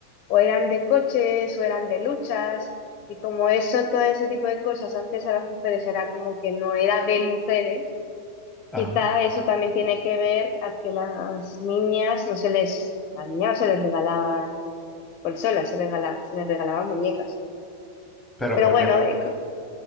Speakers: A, on the left; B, in the centre.
A: o eran de coches o eran de luchas y como eso, todo ese tipo de cosas antes a las mujeres era como que no era de mujeres
B: Ajá.
A: Quizá eso también tiene que ver a que las niñas no se les, a las niñas no se les regalaban consolas, se les regala- se les regalaban muñecas.
B: Pero
A: Pero
B: porque,
A: bueno, eh, cu-